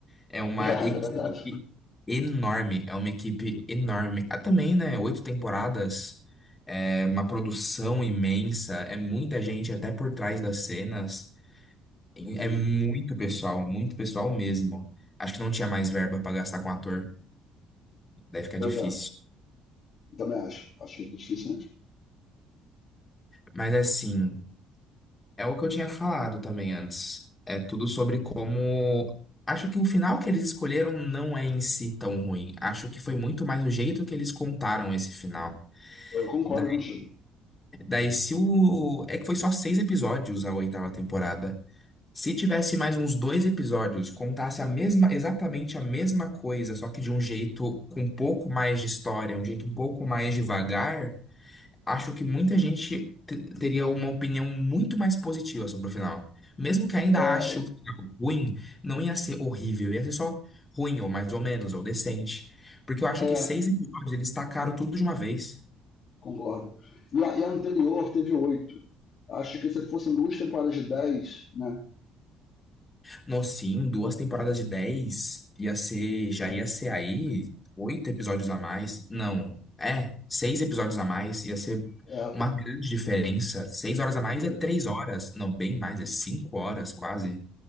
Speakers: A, on the left; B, on the left.
A: É uma
B: É,
A: equipe
B: na verdade.
A: enorme, é uma equipe enorme. Ah, também, né? Oito temporadas, é uma produção imensa, é muita gente até por trás das cenas. É
B: Sim.
A: muito pessoal, muito pessoal mesmo. Acho que não tinha mais verba pra gastar com ator. Deve ficar
B: Pois
A: difícil.
B: é. Também acho. Acho que é difícil mesmo.
A: Mas assim, é o que eu tinha falado também antes. É tudo sobre como. Acho que o final que eles escolheram não é em si tão ruim. Acho que foi muito mais o jeito que eles contaram esse final.
B: Eu concordo
A: Daí,
B: contigo.
A: daí se o. É que foi só seis episódios a oitava temporada. Se tivesse mais uns dois episódios, contasse a mesma, exatamente a mesma coisa, só que de um jeito com um pouco mais de história, um jeito um pouco mais devagar, acho que muita gente te- teria uma opinião muito mais positiva sobre o final. Mesmo que ainda
B: É,
A: ache o final ruim, não ia ser horrível, ia ser só ruim, ou mais ou menos, ou decente. Porque eu acho
B: é
A: que seis episódios eles tacaram tudo de uma vez.
B: concordo. E a, e a anterior teve oito. Acho que se fossem duas temporadas de dez, né?
A: Não, sim, duas temporadas de 10 ia ser, já ia ser aí oito episódios a mais. Não, é, seis episódios a mais ia ser
B: É.
A: uma grande diferença. Seis horas a mais
B: E,
A: é três horas, não, bem mais, é cinco horas quase